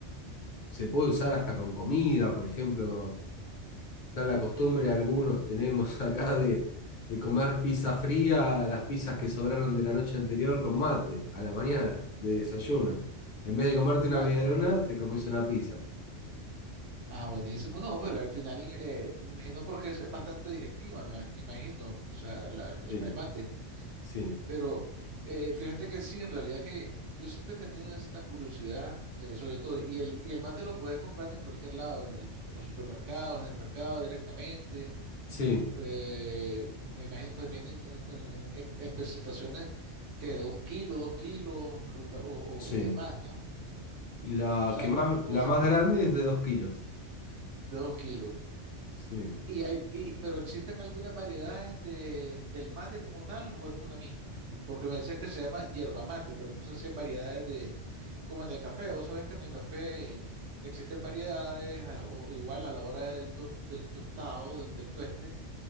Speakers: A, on the left; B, on the right.
A: se puede usar hasta con comida, por ejemplo, Está la costumbre, algunos tenemos <laughs> acá de, de comer pizza
B: ujú.
A: fría, las pizzas que sobraron de la noche anterior con mate, a la mañana, de desayuno. En vez de comerte una
B: Bueno.
A: medialuna, te comes una pizza.
B: Ah, buenísimo. No, pero al final, eh, me imagino porque es, es bastante digestiva, me, ima- me imagino, o sea, la- el, el
A: Sí,
B: mate.
A: sí,
B: Pero eh, fíjate que sí, en realidad que yo siempre he tenido esta curiosidad, eh, sobre todo, y el, y el mate lo puedes comprar en cualquier lado, en el- en los supermercados, en el mercado directamente.
A: sí,
B: eh, me imagino, pues vienen en, en- en- en presentaciones que de un kilo, dos kilos, regula- o, o,
A: sí.
B: o de más, ¿no?
A: Y La
B: O sea,
A: que más,
B: no, o
A: la
B: sea,
A: más grande es de dos kilos.
B: de dos kilos.
A: Sí.
B: Y hay, y, pero ¿existen algunas variedades de, del mate como tal o es una misma? Porque me decías que se llama yerba mate, pero no sé si hay variedades de, como en el café. Vos sabés que en el café existen variedades, a- o igual a la hora del, tos- del tostado, del, del tueste,